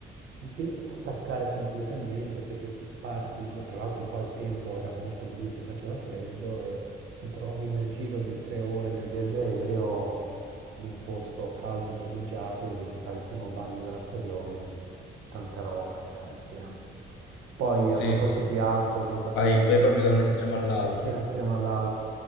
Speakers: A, on the right (about 75°); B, on the left (about 80°).
A: di staccare completamente perché ti parti, e tra l'altro qua il tempo era molto brutto, faceva freddo e ti trovi nel giro di tre ore del viaggio aereo in un posto caldo, soleggiato, dove ti fai il primo bagno della stagione, tanta roba in effetti, eh. Poi
B: Sì,
A: a proposito
B: sì, sì.
A: di alcol, mi hai fatto
B: Vai,
A: venire
B: vai
A: in mente,
B: proprio da un estremo all'altro.
A: da un estremo all'altro.